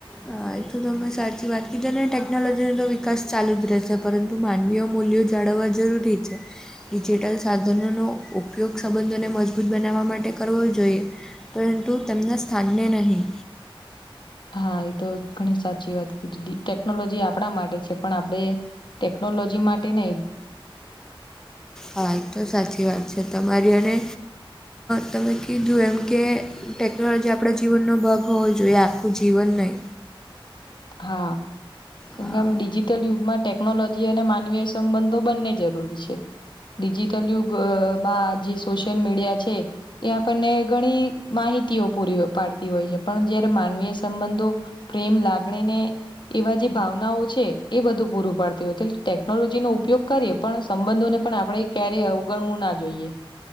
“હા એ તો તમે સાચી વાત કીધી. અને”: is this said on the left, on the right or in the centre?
Centre